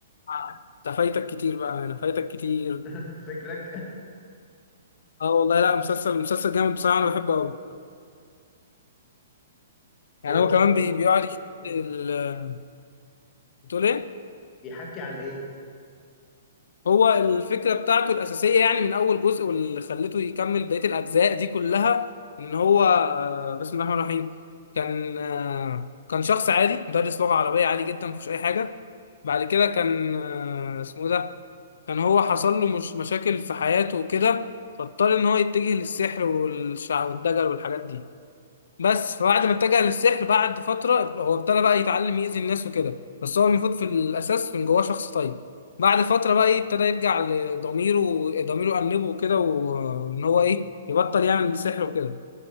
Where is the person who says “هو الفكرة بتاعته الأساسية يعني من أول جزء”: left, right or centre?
Left